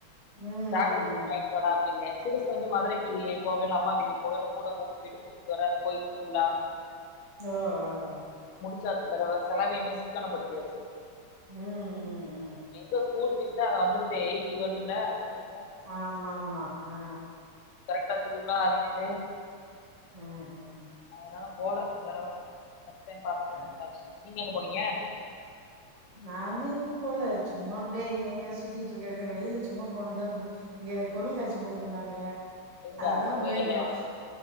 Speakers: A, on the right; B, on the left.
A: ம்
B: சாக்லேட் மட்டு
A: ம்
B: வாயின்ட் வாடா அப்டின சிறுசு வந்து மதுரைக்கி போகைல அம்மா வீட்டுக்கு போகல கூட கூட்டு போயிட்டு கூட்டிட்டு வரே இந்த கோயில் திருவிழா
A: ஆ ஆ ஆ
B: ச்சாந்தடவ செலவையுமே சிக்கனப்படுத்தியாச்சு
A: உம் உம் உம்
B: எங்க ஸ்கூல் பீஸ் தா வந்துருதே எயிட்டி வருதுல்ல நண்டு
A: ஆமா மா அ அ
B: ட்டத் திருவிழா அது எது
A: உம் உம்
B: நா போல இந்தடவ நெக்ஸ்ட் டைம் பாத்துக்லானு
A: ஆ
B: உட்டாச்சு நீங்க எங்க போனீங்க
A: நாங்க எங்யு போல சும்மா அப்டியே இங்க இங்க சுத்திட்ருக்க வேண்டியத வெளில சும்மா போனது ப இங்க பொருள் காட்சி போட்ருந்தாங்க
B: எங்க
A: அதுதா
B: உங்க
A: போயிருக்கிறோ
B: ஏரியாலயா